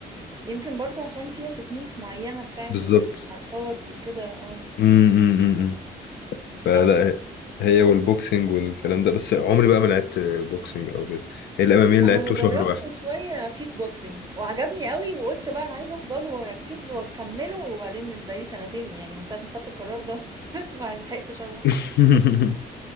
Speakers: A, on the right; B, on the left.
A: يمكن برضو عشان فيها تكنيكس معينة بتاعت
B: بالظبط
A: الحركات وكده اه
B: امم
A: مش
B: فلا
A: سهلة
B: هي هي والبوكسنج والكلام ده بس عمري بقى ما لعبت بوكسنج او كده هي الام ام اي اللي
A: انا
B: لعبته
A: اللي جربته
B: شهر واحد
A: شويه كيك بوكسينج وعجبني قوي وقلت بقى انا عايزه افضله واركز له واكمله وبعدين من بقالي سنتين يعني من ساعه ما خدت القرار ده <laughs> ما لحقتش اروح
B: <laughs>